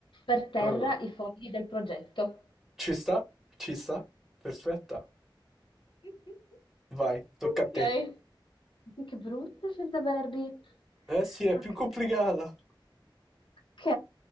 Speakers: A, on the left (about 75°); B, in the centre.
A: per terra
B: Eh,
A: i fogli del progetto.
B: ci sta? Ci sta? Perfetta.
A: <laughs>
B: Vai, tocca
A: Ok,
B: a te.
A: Sì, che brutto senza verbi.
B: Eh sì, è
A: Ok,
B: più complicata.
A: ok,